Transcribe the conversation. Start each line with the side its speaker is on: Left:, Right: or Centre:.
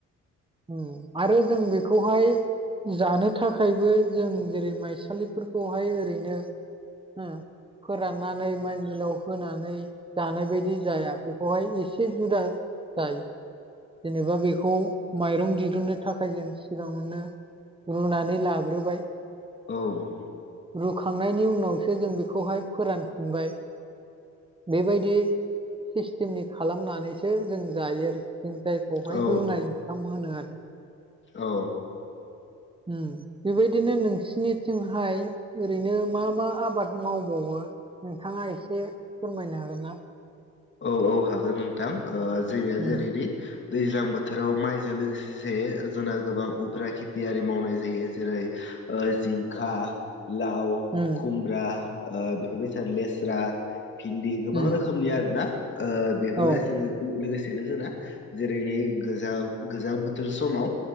Right: उम आरो जों बेखौहाय जानो थाखायबो जों जेरै माइसालिफोरखौहाय ओरैनो उम फोराननानै माइ मिलाव होनानै जानाय बायदि जाया बेखौहाय एसे जुदा जाय जेनेबा बेखौ माइरं दिरुननो थाखाय जों सिगाङावनो रुनानै लाग्रोबाय।
Left: औ
Right: रुखांनायनि उनावसो जों बेखौहाय फोरानफिनबाय बेबायदि सिस्टेमनि खालामनानैसो जों जायो आरो जों जायखौहाय
Left: औ
Right: रुनाय ओंखाम होनो आरो।
Left: औ
Right: उम बेबायदिनो नोंसिनिथिंहाय ओरैनो मा मा आबाद मावबावो? नोंथाङा एसे फोरमायनो हागोन ना?
Left: औ औ हागोन नोंथां ओ जोंनिया
Right: उम
Left: जेरैदि दैज्लां बोथोराव माइजों लोगोसेस जोंना गोबां उफ्रा खेथि आरि मावनाय जायो जेरै ओ जिंखा लाव
Right: उम
Left: खुमब्रा ओ बेफोरबायदिनो लेस्रा भिन्दि गोबां
Right: उम
Left: रोखोमनि आरो ना। ओ बेफोरबायसिनो
Right: औ
Left: गु लोगोसेनो जोंना जेरैनो गोजां-गोजां बोथोर समाव